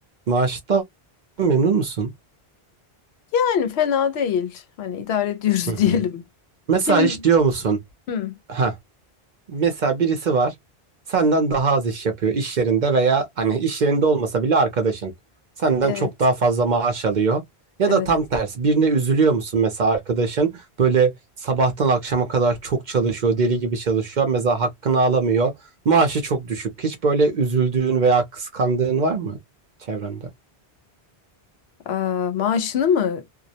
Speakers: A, on the right (about 50°); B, on the left (about 80°).
A: Maaştan memnun musun?
B: Yani fena değil. Hani idare ediyoruz
A: Hı hı.
B: <laughs> diyelim.
A: Mesela
B: Kim?
A: hiç diyor musun?
B: Hı,
A: Ha. Mesela birisi var. Senden daha az iş yapıyor iş yerinde veya hani iş yerinde olmasa bile arkadaşın. Senden
B: evet,
A: çok daha fazla maaş alıyor. Ya
B: evet.
A: da tam tersi birine üzülüyor musun mesela arkadaşın böyle sabahtan akşama kadar çok çalışıyor deli gibi çalışıyor mesela hakkını alamıyor maaşı çok düşük hiç böyle üzüldüğün veya kıskandığın var mı çevrende?
B: Aa, maaşını mı